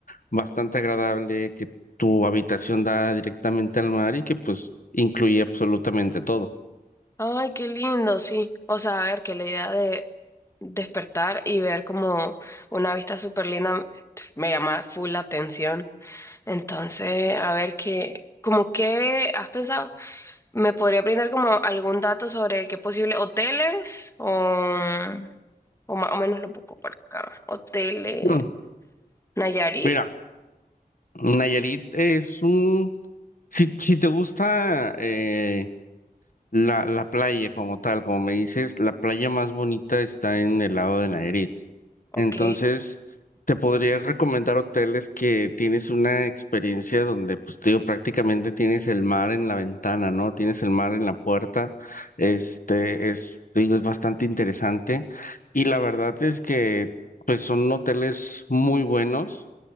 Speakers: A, on the left; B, on the left.
A: bastante agradable, que tu habitación da directamente al mar y que pues incluye absolutamente todo.
B: Ay, qué lindo, sí. O sea, a ver, que la idea de despertar y ver como una vista súper linda me llama full la atención. Entonces, a ver qué, como qué has pensado, ¿me podría brindar como algún dato sobre qué posible hoteles o, o más o menos lo busco por acá? Hoteles
A: Mm,
B: Nayarit,
A: <clears throat> Mira, Nayarit es un... Si, si te gusta... eh, La, la playa como tal, como me dices, la playa más bonita está en el lado de Nayarit.
B: ok.
A: Entonces, te podría recomendar hoteles que tienes una experiencia donde, pues, te digo, prácticamente tienes el mar en la ventana, ¿no? Tienes el mar en la puerta. Este es, te digo, es bastante interesante. Y la verdad es que, pues, son hoteles muy buenos